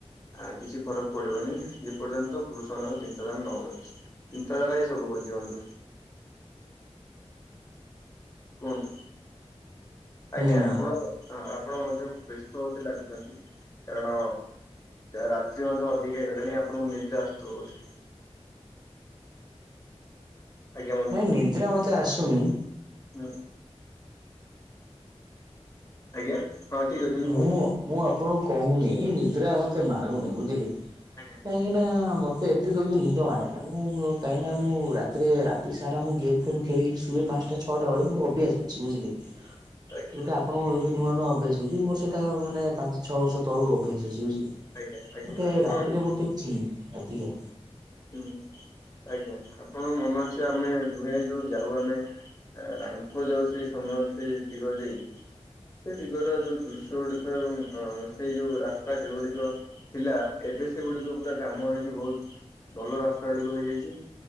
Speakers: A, on the left; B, on the right.
A: ଆ କିଛି ଫରକ୍ ପଡ଼ିବନି ଯେପର୍ଯ୍ୟନ୍ତ ପୁରୁଷମାନଙ୍କର ଚିନ୍ତାଧାରା ନବଦଳିଛି। ଚିନ୍ତାଧାରାହି ସବୁ କରୁଚି ବନ୍ଧୁ। କୁହନ୍ତୁ
B: ହୁଁ
A: ଆଜ୍ଞା ଆପଣ ହଁ ଆପଣ ମଧ୍ୟ ବ୍ୟସ୍ତ ମତେ ଲାଗୁଛନ୍ତି? କାରଣ ରାତ୍ରି ମଧ୍ୟ ଅଧିକା ହେଇଗଲାଣି ଆପଣଙ୍କୁ ନିଦ୍ରା ଆସଥିବ ବୋଧେ? ଆଜ୍ଞା
B: ନାଇଁ ନିଦ୍ରା ମତେ ଆସୁନି
A: ହାଲୋ। ଆଜ୍ଞା। ହଁ ଠିକ ଅଛି
B: ମୁଁ
A: କହୁ
B: ମୁଁ ଆପଣଙ୍କୁ କହୁନି ଏଇ ନିଦ୍ରା ମତେ ମାଡ଼ୁନି ବୁଝିଲେକି
A: ଆଜ୍ଞା
B: କାହିଁକିନା ମତେ ଏତେ ଜଲଦି ନିଦ ମାଡ଼େନା ମୁଁ କାହିଁକିନା ମୁଁ ରାତିରେ ରାତି ସାରା ମୁଁ ଗେମ୍ ଫେମ୍ ଖେଳିକି ଶୁଏ ପାଞ୍ଚ ଟା ଛଅଟା ବେଳେ ମୋର ଅଭ୍ୟାସ ଅଛି ବୁଝିଲେକି
A: ଆଜ୍ଞା।
B: ସେଟା ଆପଣଙ୍କ ଏବେ ନୂଆ ନୂଆ ଅଭ୍ୟାସ ହଉଚି ମୋର ସେଟା ମାନେ ପାଞ୍ଚ ଛଅ ବର୍ଷ ତଳରୁ ଅଭ୍ୟାସ ଅଛି ବୁଝିଲେକି
A: ଆଜ୍ଞା ଆଜ୍ଞା
B: ମୁଁ ଟିକେ
A: ଆପଣ
B: ରାତିରେ ମୁଁ ଟିକେ ଚିଏ ଅଧିକା
A: ହୁଁ ଆଜ୍ଞା ଆପଣଙ୍କ ମନ ଅଛି ଆମେ ଦୁହେଁ ଯୋଉ ଯାଉ ଆମେ ରାମକୁଅ ଯାଉ ସେଇ ସମୟରେ ସେଇ ଦିଗ ଦେଇ ସେଇ ଦିଗର ଯୋଉ ଦୃଶ୍ୟ ଗୁଡ଼ିକ ଏବଂ ସେଇ ଯୋଉ ରାସ୍ତା ଗୁଡ଼ିକ ଥିଲା ଏବେ ସେଗୁଡିକ ପୁରା କାମ ହେଇଛି ବହୁତ ଭଲ ରାସ୍ତା ଗୁଡିକ ହେଇଯାଇଛି।